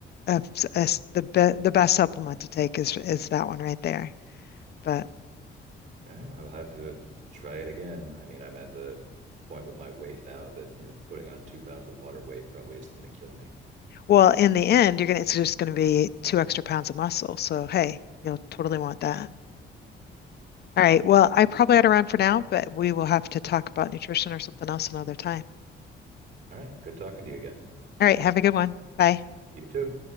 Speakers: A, on the left; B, on the right.
A: of, s- the be the best supplement to take is is that one right there. But
B: All right, I'll have to try it again. I mean, I'm at the point with my weight now that, you know, putting on two pounds of water weight probably isn't going to kill me.
A: well, in the end, you're gonna it's just gonna be two extra pounds of muscle. So hey, you'll totally want that. All right. Well, I probably ought to run for now, but we will have to talk about nutrition or something else another time.
B: All right, good talking to you again.
A: All right. Have a good one. Bye.
B: You too.